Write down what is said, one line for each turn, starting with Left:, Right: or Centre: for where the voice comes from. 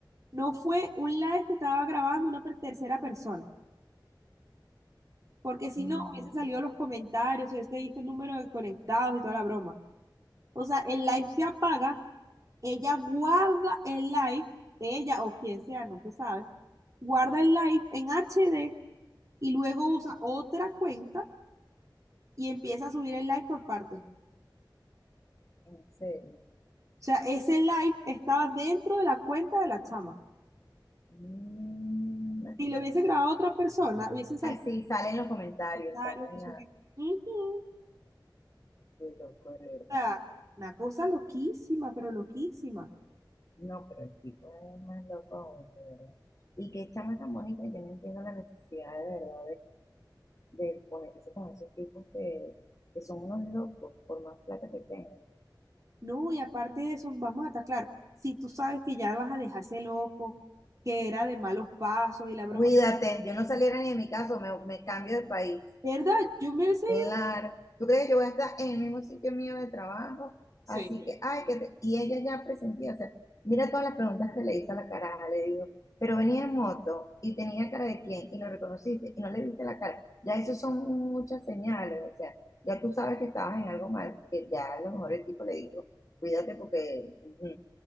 Right: no fue un live que estaba grabando una per- tercera persona, porque si
Left: Mm,
Right: no hubiese salido los comentarios, hubiese visto el número de conectados y toda la broma. O sea, el live se apaga Ella guarda el live, ella o quien sea, no se sabe, guarda el live en HD y luego usa otra cuenta y empieza a subir el live por parte. O
Left: En serio.
Right: sea, ese live estaba dentro de la cuenta de la chama.
Left: Mm, imagínate.
Right: Si lo hubiese grabado otra persona, hubiese salido
Left: Sí, salen los comentarios,
Right: comentarios.
Left: salen
Right: no sé
Left: la...
Right: qué. Ujú. O
Left: Qué loco, de verdad.
Right: sea, una cosa loquísima, pero loquísima.
Left: No, pero el tipo es más loco aún, de verdad. Y qué chama tan bonita, yo no entiendo la necesidad de verdad de, de ponerse con esos tipos que, que son unos locos, por más plata que tengan.
Right: No, y aparte de eso, vamos a estar claro, si tú sabes que ya vas a dejarse loco, que era de malos pasos y la broma.
Left: Cuídate, yo no saliera ni de mi casa, me, me cambio de país.
Right: ¿Verdad? Yo me hubiese ido.
Left: Claro, tú crees que yo voy a estar en el mismo sitio mío de trabajo,
Right: Sí.
Left: así que, ay, que te- y ella ya presentía, o sea, mira todas las preguntas que le hizo a la cara, le digo, pero venía en moto y tenía cara de quién y lo reconociste y no le viste la cara, ya eso son muchas señales, o sea, ya tú sabes que estabas en algo mal, que ya a lo mejor el tipo le dijo, cuídate porque, ujú".